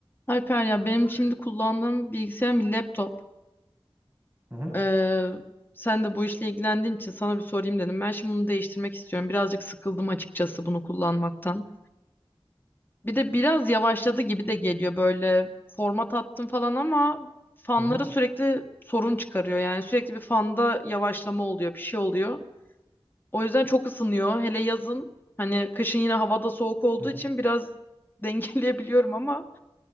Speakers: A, on the left; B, on the right.
A: Alper ya benim şimdi kullandığım bilgisayarım bir laptop.
B: Hı hı
A: Ee, sen de bu işle ilgilendiğin için sana bir sorayım dedim. Ben şimdi bunu değiştirmek istiyorum. Birazcık sıkıldım açıkçası bunu kullanmaktan. Bir de biraz yavaşladı gibi de geliyor böyle format attım falan ama fanları
B: hı hı.
A: sürekli sorun çıkarıyor. Yani sürekli bir fanda yavaşlama oluyor, bir şey oluyor. O yüzden çok ısınıyor. Hele yazın hani kışın yine havada soğuk olduğu
B: hı hı.
A: için biraz <laughs> dengeleyebiliyorum ama